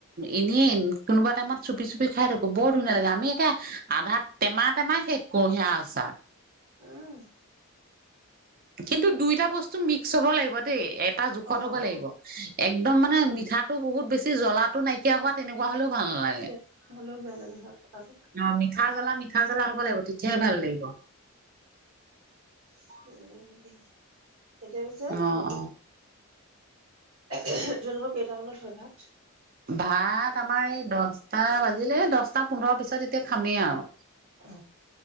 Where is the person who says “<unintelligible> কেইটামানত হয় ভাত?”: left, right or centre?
Right